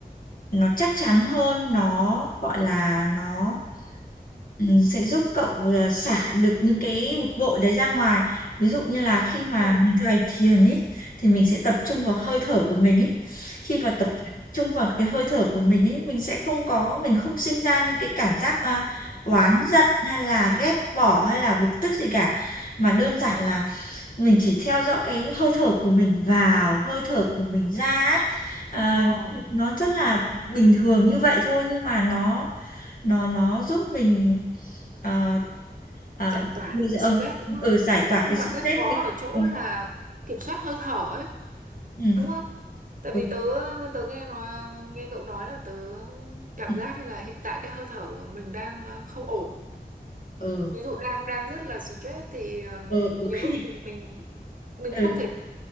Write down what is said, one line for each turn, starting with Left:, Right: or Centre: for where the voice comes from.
Left: nó chắc chắn hơn nó gọi là nó ừ, sẽ giúp cậu là xả được những cái bực bội đấy ra ngoài ví dụ như là khi mà
Right: ờ,
Left: mình thực hành thiền ấy thì mình sẽ tập trung vào hơi thở của mình ấy khi mà
Right: ờ,
Left: tập trung vào cái hơi thở của mình ấy mình sẽ không có mình không sinh ra những cái cảm giác à, oán giận hay là ghét bỏ hay là bực tức gì cả mà đơn giản là mình chỉ theo dõi cái hơi thở của mình vào hơi thở của mình ra ấy. À,
Right: ờ.
Left: nó rất là bình thường như vậy thôi nhưng mà nó nó nó giúp mình ờ, ờ,
Right: Giải tỏa
Left: bây
Right: được
Left: giờ
Right: cái
Left: ờ,
Right: stress đúng không?
Left: ờ, giải tỏa
Right: Nhưng
Left: cái stress
Right: mà cái khó
Left: mình
Right: ở chỗ
Left: ừ,
Right: là kiểm soát hơi thở ấy.
Left: ừ,
Right: đúng không tại
Left: ừ,
Right: vì tớ tớ nghe nói nghe cậu nói là tớ cảm
Left: ừ,
Right: giác như là hiện tại cái hơi thở của mình đang ờ, không ổn
Left: ừ,
Right: ví dụ đang đang rất là stress thì ờ,
Left: ừ,
Right: nhiều
Left: ừ, khi
Right: lúc mình mình mình
Left: ừ,
Right: không thể